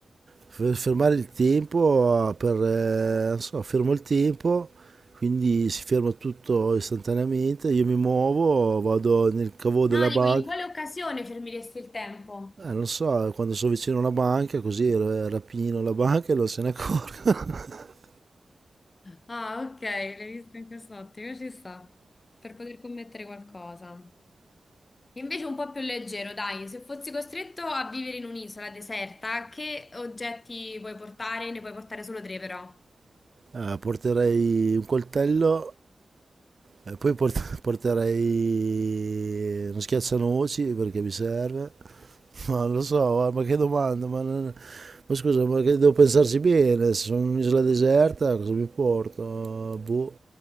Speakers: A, on the right; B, on the left.
A: fer- fermare il tempo per... eh, non so, fermo il tempo, quindi si ferma tutto istantaneamente, io mi muovo, vado nel cavo
B: No,
A: della
B: dico,
A: banca.
B: in quale occasione fermiresti il tempo?
A: Eh, non so, quando sono vicino a una banca, così eh, rapino la banca e non se ne accorgo. <laughs>
B: Ah, ok, l'hai visto in quest'ottica, ci sta. Per poter commettere qualcosa. Invece un po' più leggero, dai, se fossi costretto a vivere in un'isola deserta, che oggetti puoi portare? Ne puoi portare solo tre, però.
A: Eh, porterei un coltello E poi port- porterei uno schiaccianoci perché mi serve. <laughs> Ma non lo so, guarda, ma che domanda, ma, non- ma scusa, ma che devo pensarci bene, se sono in un'isola deserta cosa mi porto? Boh.